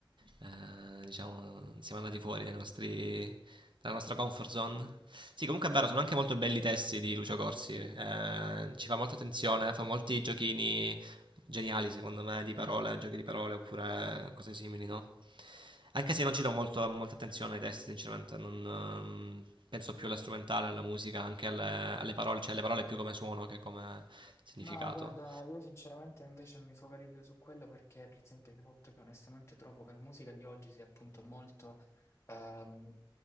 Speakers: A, on the right; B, on the left.
A: eh, diciamo, siamo andati fuori dai nostri, dalla nostra comfort zone. Sì, comunque è vero, sono anche molto belli i testi di Lucio Corsi. eh, ci fa molta attenzione, fa molti giochini geniali secondo me di parole, giochi di parole oppure cose simili, no? Anche se non ci do molto- molta attenzione ai testi, sinceramente, non, ehm, penso più alla strumentale, alla musica, anche alle, alle parole, cioè alle parole più come suono che come significato,
B: Ma guarda, io sinceramente invece mi focalizzo su quello perché, per esempio, il fatto che onestamente trovo che la musica di oggi sia appunto molto, ehm,